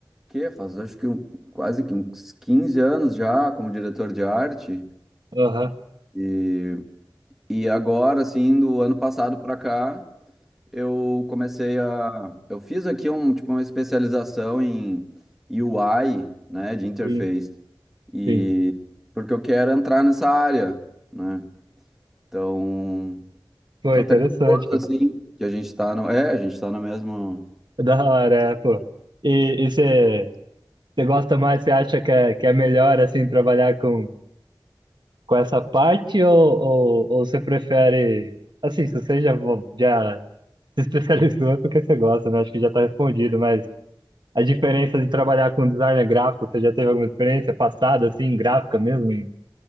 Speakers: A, in the centre; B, on the right.
A: que faz acho que um- quase que uns 15 anos já como diretor de arte.
B: Aham,
A: E, e agora, assim, do ano passado para cá, eu comecei a. Eu fiz aqui um, tipo, uma especialização em UI, né, de interface.
B: sim,
A: E
B: sim.
A: porque eu quero entrar nessa área, né? Então,
B: Pô,
A: tô
B: interessante,
A: até curioso,
B: pô.
A: assim, que a gente tá no. É, a gente tá no mesmo.
B: É Da hora, é, pô. E você gosta mais, você acha que é, que é melhor, assim, trabalhar com, com essa parte ou, ou, ou você prefere, assim, se você já, vo- já se especializou é porque você gosta, né? Acho que já tá respondido, mas a diferença de trabalhar com designer gráfico, você já teve alguma experiência passada, assim, gráfica mesmo, em,